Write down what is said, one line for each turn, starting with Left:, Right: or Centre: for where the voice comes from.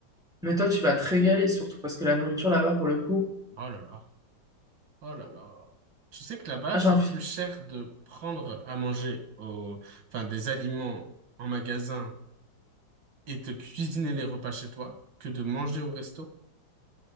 Centre: Mais toi, tu vas te régaler surtout parce que la nourriture là-bas, pour le coup,
Right: Oh là là. Oh là là. Tu sais que là-bas,
Centre: ah, j'ai
Right: c'est
Centre: envie.
Right: plus cher de prendre à manger au... enfin, des aliments en magasin et de cuisiner les repas chez toi que de manger au resto.